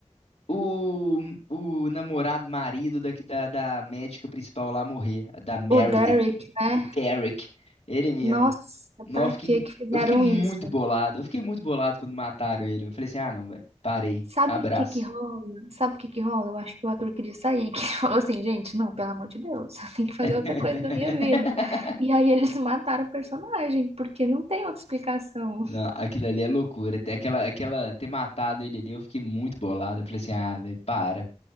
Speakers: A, on the left (about 65°); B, on the right (about 60°).
A: O, o namorado, marido da, da, da médica principal lá morrer, da Meredith,
B: o Derek, né?
A: o Derek, ele mesmo.
B: Nossa,
A: Não,
B: pra
A: eu fiquei,
B: que que fizeram
A: eu fiquei muito
B: isso?
A: bolado, eu fiquei muito bolado quando mataram ele. Eu falei assim, ah não, velho, parei,
B: Sabe
A: abraço.
B: o que que rola? Sabe o que que rola? Eu acho que o ator queria sair, <laughs> que ele falou assim, gente, não, pelo amor de Deus, <laughs> eu tenho que fazer
A: <laughs>
B: outra coisa da minha vida. E aí eles mataram o personagem, porque não tem outra explicação.
A: Não, aquilo ali é loucura. Ter Aquela, aquela, ter matado ele ali, eu fiquei muito bolado. Eu falei assim, ah, velho, para.